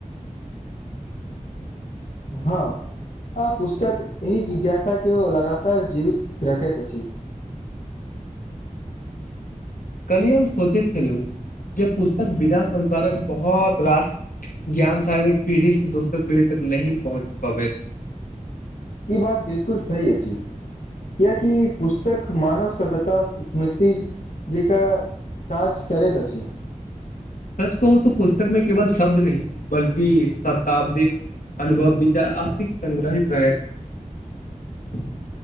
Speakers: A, on the left; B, on the left.
A: हँ आ पुस्तक एहि जिज्ञासा के ओ लगातार जीवित रखैत अछि।
B: कली हम सोचैत छलहु जे पुस्तक बिना संसारक बहुत रास ज्ञान सागर एक पीढ़ी से दोसर पीढ़ी तक नहिही पहुँच पबैत।
A: ई बात बिलकुल सही अछि कियकि पुस्तक मानव सभ्यता स्मृति जी का काज करैत अछि।
B: सच कहू त पुस्तक में केवल शब्द नहि बल्कि शताब्दिक अनुभव विचार अस््तिक संग्रहित रहेत अछि।